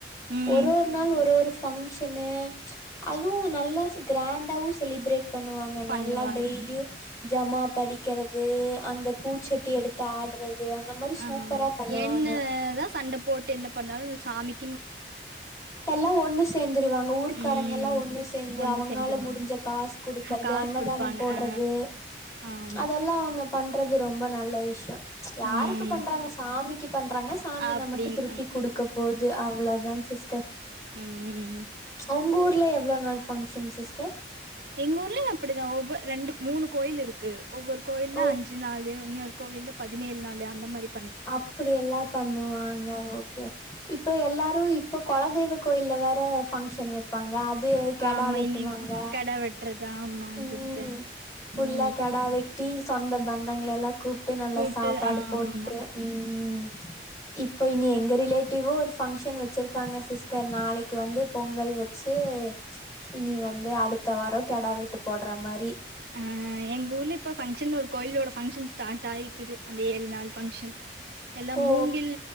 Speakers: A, on the right; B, on the left.
A: ம்
B: ஒரு ஒரு நாள் ஒரு ஒரு ஃங்க்ஷனு அதுவும் நல்லா கிராண்டாவும் செலிபிரேட் பண்ணுவாங்க
A: பண்ணுவாங்க
B: நல்லா டெய்லியும் ஜமா படிக்கிறது அ அந்த பூச்செட்டி எடுத்து ஆடுறது அந்த மாரி
A: ஆ
B: சூப்பரா
A: ஆமா
B: பண்ணுவாங்க
A: என்னதான் சண்ட போட்டு பண்ணாலும் அந்த சாமிக்கு
B: எல்லாம் ஒண்ணு சேர்ந்துருவாங்க ஊர்க்காரங்க
A: ம்.
B: எல்லாம் ஒண்ணு சேர்ந்து
A: ஒண்ணு
B: அவங்கால
A: சேர்ந்துருவாங்க.
B: முடிஞ்ச காசு குடுக்கறது
A: அ காசு
B: அன்னதானம்
A: குடுப்பாங்க.
B: போடுறது
A: ஆ. ஆமா.
B: அதெல்லாம் அவங்க பண்ணுறது ரொம்ப நல்ல விஷயம் யாருக்கு
A: ம்.
B: பண்றாங்க சாமி சாமிக்கு பண்றாங்க சாமி
A: அப்டிங்
B: நமக்கு திருப்பி கொடுக்க போது அவ அவ்வளோதாங்க சிஸ்டர்
A: உஹம்
B: உங்க ஊல எவ்ளோ நாள் பங்க்ஷன் சிஸ்டர்
A: எங்க ஊர்லயும் அப்படிதான் ஒவ்வொரு ரெண்டு மூணு கோயில் இருக்கு ஒவ்வொரு கோயில்ல
B: ஓ
A: அஞ்சு நாலு இன்னோர் கோவில்ல பதினேழு நாள் அந்த மாதிரி
B: அப்படிய எல்லாம் பண்ணுவாங்க ஓகேவ இப்ப எல்லாரும் இப்போ குலதய்வ கோயில்ல வேற பங்க்ஷன் வைப்பாங்க அது கெடா
A: ஆமா.
B: வெட்டுவாங்க
A: இன்னி கெடா வெட்றது ஆமாங்க
B: உஹம்
A: சிஸ்டர்.
B: ஃபுல்லா
A: நீ
B: கெடா வெட்டி சொந்த பந்தங்கள எல்லாம் கூப்பிட்டு நல்லா
A: கூட்டு
B: சாப்பாடு
A: ஆமா.
B: போ உம் இப்ப இனி எங்க ரிலேட்டிவோ ஒரு பங்க்ஷன் வச்சிருக்காங்க சிஸ்டர் நாளைக்கு வந்து பொங்கல் வச்சு இனி வந்து அடுத்து அடுத்த வாரம் கிடா வெட்டு போடுற மாரி
A: ஆஹ் எங்க ஊர்ல இப்ப பங்க்ஷன் ஒரு கோயிலோட பங்க்ஷன் ஸ்டார்ட் ஆயிக்குது அந்த ஏழு நாள் பங்க்ஷன் எல்லாம்
B: ஓ
A: மூங்கில்